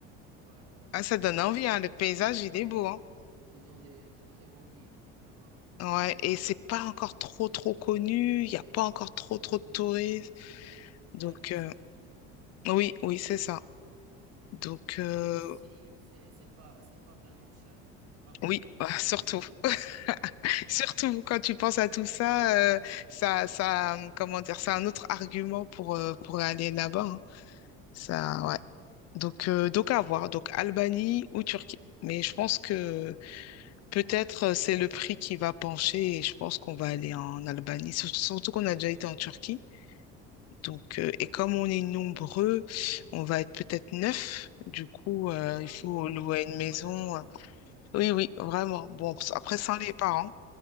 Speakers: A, on the right; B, on the left.
A: Ouais, ouais.
B: Ah, ça donne
A: L'Albanie,
B: envie, hein. Le paysage, il
A: ouais,
B: est beau, hein.
A: ils ont des, de très bonnes îles là-bas.
B: Ouais, et c'est pas encore trop, trop connu. Il n'y a pas encore
A: C'est pas
B: trop,
A: trop
B: trop
A: connu,
B: de touristes.
A: ouais.
B: Donc
A: C'est un-
B: euh,
A: c'est clean.
B: oui, oui, c'est ça. Donc euh,
A: Et aussi, c'est c'est pas, c'est pas vraiment cher. Rapport
B: oui,
A: qualité-prix,
B: <laughs> surtout.
A: c'est bien.
B: <laughs>
A: Ouais.
B: Surtout quand tu penses à tout ça, euh, ça, ça, euh, comment dire, c'est un autre argument pour, euh, pour aller là-bas. hein. Ça, ouais. Donc, euh, donc à voir. Donc Albanie ou Turquie. Mais je pense que peut-être euh, c'est le prix qui va pencher et je pense qu'on va aller en Albanie. Surtout surtout qu'on a déjà été en Turquie. Donc, euh, et comme on est nombreux, on va être peut-être neuf. Du coup, euh,
A: Ah
B: il faut
A: oui, quand
B: louer
A: même.
B: une
A: Vous
B: maison.
A: voyagez en famille.
B: Oui, oui, vraiment. Bon, après,
A: Sympa
B: sans les
A: ça.
B: parents.